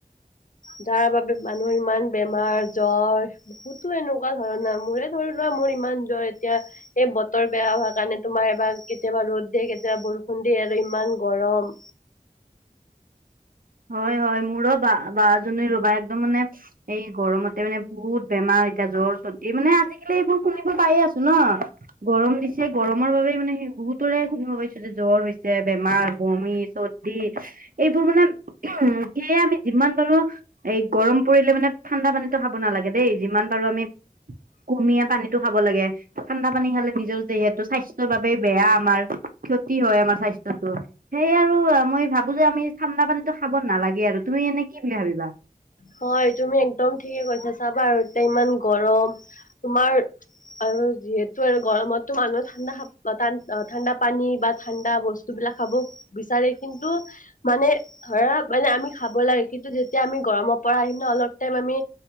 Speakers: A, on the left (about 60°); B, on the right (about 70°).
A: যাৰ বাবে মানুহৰ ইমান বেমাৰ জ্বৰ। বহুতো এনেকুৱা ধৰণা মোৰে ধৰি লোৱা মোৰ ইমান জ্বৰ এতিয়া। এই বতৰ বেয়া হোৱা কাৰণে তোমাৰ এবাৰ কেতিয়াবা ৰ'দ দিয়ে কেতিয়াবা বৰষুণ দিয়ে আৰু ইমান গৰম।
B: হয় হয় মোৰো বা-বাজনী ৰবা একদম মানে এই গৰমতে মানে বহুত বেমাৰ এতিয়া জ্বৰ, চৰ্দি মানে আজিকালি এইবোৰ শুনিব পায়ে আছো ন। গৰম দিছে গৰমৰ বাবে মানে বহুত ৰে শুনিব পাইছো যে জ্বৰ হৈছে, বেমাৰ, বমি, চৰ্দি। এইবোৰ মানে উ সেয়া আমি যিমান পাৰো এই গৰম পৰিলে মানে ঠাণ্ডা পানীতো খাব নালাগে দেই যিমান পাৰো আমি কুহোমিয়া পানীতো খাব লাগে। ঠাণ্ডা পানী খালে নিজৰ যিহেতু স্বাস্থ্যৰ বাবেই বেয়া আমাৰ ক্ষতি হয়। আমাৰ স্বাস্থ্যয়তো সেয় আৰু মই ভাবো যে আমি ঠাণ্ডা পানীতো খাব নালাগে আৰু তুমি এনে কি বুলি ভাবিবা।
A: হয় তুমি একদম ঠিকে কৈছা চাবা আৰু এতিয়া ইমান গৰম। তোমাৰ আৰু যিহেতু আৰু গৰমতো মানুহে ঠাণ্ডা খাব বা ঠাণ্ডা পানী বা ঠাণ্ডা বস্তু বিলাক খাব বিচাৰে কিন্তু মানে ধৰা মানে আমি খাব লাগে কিন্তু যেতিয়া আমি গৰমত পৰা আহিম ন' অলপ টাইম আমি